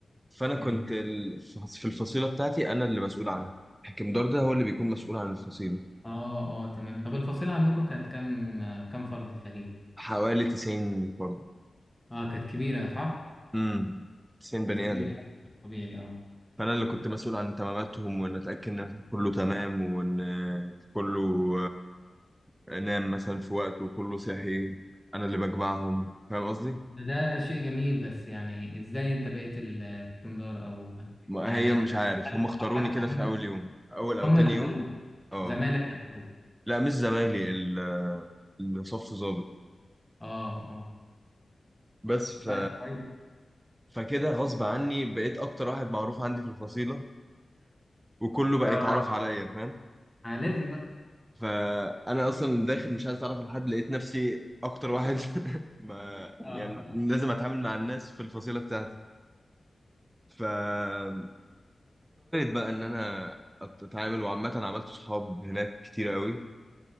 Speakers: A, on the right; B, in the centre.
A: فانا
B: جميل
A: كنت ال- في الفصيلة بتاعتي انا اللي مسؤول عنها حكم دار ده هو اللي بيكون مسؤول عن الفصيلة
B: اه اه تمام طب الفصيلة عندكم كانت كام آه، كام فرد تقريبا
A: حوالي 90 فرد
B: اه كانت كبيرة صح
A: امم 90
B: كانت
A: بني
B: كبيرة
A: ادم
B: بشكل طبيعي اه
A: فانا اللي كنت مسؤول عن تماماتهم وان اتاكد ان كله تمام وان كله آه، نام مثلا في وقته وكله صحي انا اللي بجمعهم فاهم قصدي
B: ده ده شيء جميل بس يعني ازاي انت بقيت ال- الكمدار او
A: ما
B: يعني
A: هي مش عارف
B: هل
A: هم اختاروني
B: هو حتى
A: كده
B: هم
A: في اول يوم اول او
B: هم
A: تاني
B: اللي اختاروه
A: أول يوم اه
B: زمالك اللي اختاروه
A: لا مش زمايلي ال- الصف ظابط
B: اه اه
A: بس ف...
B: طيب كويس
A: فكده غصب عني بقيت اكتر واحد معروف عندي في الفصيله وكله بقى
B: اه
A: يتعرف عليا فاهم
B: آه، لازم بقى
A: فانا اصلا داخل مش عايز اتعرف لحد لقيت نفسي اكتر واحد <laughs> ما
B: اه
A: يعني
B: صراحة
A: لازم اتعامل مع الناس في الفصيله بتاعتي فاضطريت بقى ان انا اتعامل وعامه عملت صحاب هناك كتير قوي